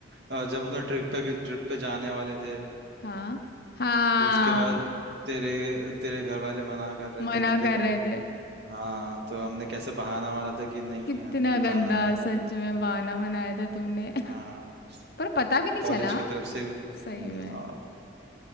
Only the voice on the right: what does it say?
अ, जब
अपने
ट्रिप पे ट्रिप पे जाने वाले थे
तो उसके बाद तेरे तेरे घर वाले मना कर रहे
थे तो फिर
हाँ तो हमने कैसे बहाना मारा था कि नहीं
आंटी
जाना है वो
हाँ
कॉलेज
की तरफ से हम्म,
आ,